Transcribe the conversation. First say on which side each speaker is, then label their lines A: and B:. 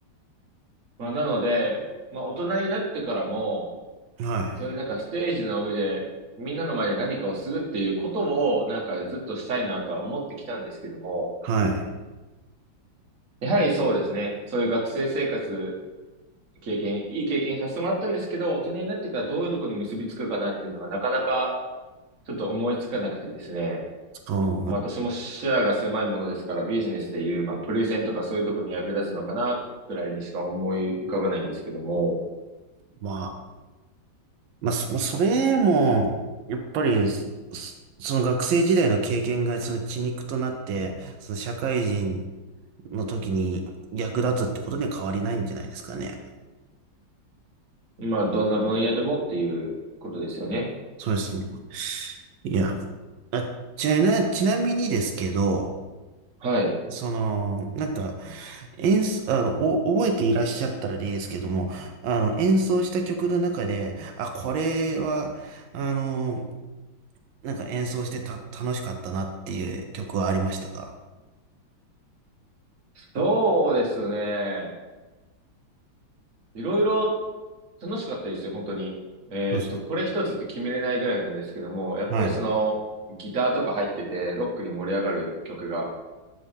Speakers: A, on the right; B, on the right.
A: まあ、なので、まあ、大人になってからも、
B: はい。
A: そういうなんかステージの上で、みんなの前で何かをするっていうことを、なんかずっとしたいなとは思ってきたんですけども、
B: はい。
A: やはりそうですね。そういう学生生活、経験、いい経験させてもらったんですけど、大人になってからどういうところに結びつくかなっていうのがなかなかちょっと思いつかなくてですね。
B: そう、
A: まあ、私も視野が狭いものですから、ビジネスでいう、まあ、プレゼンとかそういうところに役立つのかな、ぐらいにしか思い浮かばないんですけども、
B: まあ、まあ、そまあそれも、やっぱり、そその学生時代の経験がその血肉となって、その社会人の時に役立つってことには変わりないんじゃないですかね。
A: まあ、どんな分野でもっていうことですよね。
B: そうですね。いや、あ、ちな、ちなみにですけど、
A: はい。
B: その、なんか、演奏、あの、お、覚えていらっしゃったらですけども、あの、演奏した曲の中で、あ、これは、あの、なんか演奏してた、楽しかったなっていう曲はありましたか
A: そうですね。いろいろ楽しかったですよ、本当に。えっと、
B: そうですか。
A: これ一つって決めれないぐらいなんですけども、やっぱりその、
B: はい。
A: ギターとか入ってて、ロックに盛り上がる曲が